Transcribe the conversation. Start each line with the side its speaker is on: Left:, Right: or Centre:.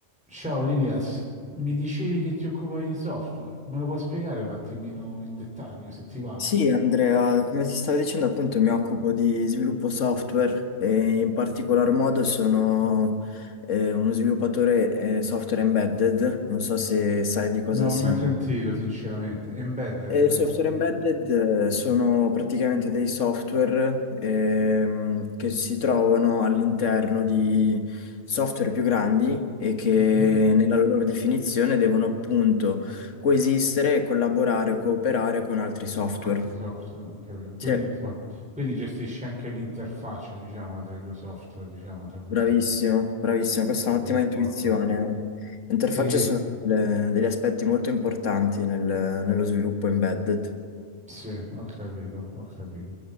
Centre: Ciao Lilias, mi dicevi che ti occupavi di software, me lo puoi spiegare un attimino in dettaglio se ti va?
Left: Sì, Andrea, come ti stavo dicendo, appunto mi occupo di sviluppo software e in particolar modo sono eh, uno sviluppatore eh, software embedded, non so se sai di cosa
Centre: Non ho
Left: si...
Centre: mai sentito, sinceramente. Embedded,
Left: Eh,
Centre: hai
Left: Il
Centre: detto,
Left: software
Centre: no?
Left: embedded eh, sono praticamente dei software ehm, che si trovano all'interno di software più grandi e che
Centre: Mhm.
Left: nella loro definizione devono appunto coesistere, collaborare, cooperare con altri software.
Centre: Con altri software, ho capito. Quindi,
Left: Sì.
Centre: fa- quindi gestisci anche l'interfaccia, diciamo, tra i due software, diciamo, tra virgolette,
Left: Bravissimo, bravissimo, questa
Centre: come
Left: è un'ottima
Centre: si comporta.
Left: intuizione. Le interfacce
Centre: Sì,
Left: sono
Centre: s-
Left: le- degli aspetti molto importanti nel- nello sviluppo embedded
Centre: sì, ho capito, ho capito.